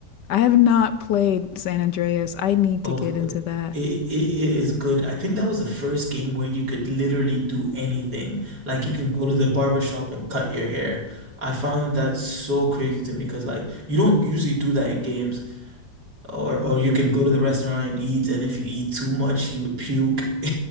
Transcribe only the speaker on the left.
I have not played San Andreas. I need
to get into that.